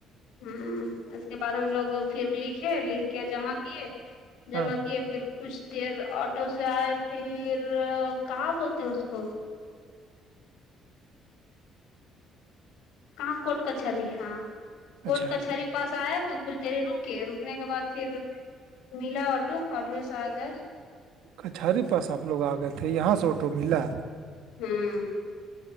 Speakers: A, on the left (about 85°); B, on the right (about 80°).
A: ہوں اس کے بعد ہم لوگ پھر لکھے لکھ کے جمع کیے جمع
B: ہاں
A: کیے پھر کچھ دیر آٹو سے آئے پھر کہاں بولتے ہیں اس کو کہاں کوٹ کچہری ہاں کوٹ
B: اچھا
A: کچہری پاس <unintelligible> شاید تو کچھ دیر رکے رکنے کے بعد پھر ملا آٹو آٹو سے آ گئے
B: کچہری پاس آپ لوگ آ گئے تھے یہاں سے آٹو ملا
A: ہاں